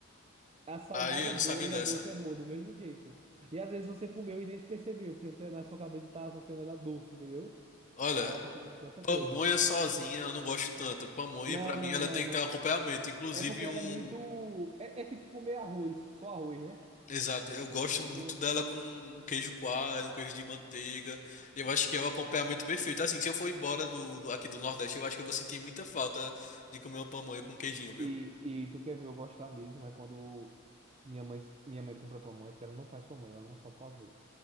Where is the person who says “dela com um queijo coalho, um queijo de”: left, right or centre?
Left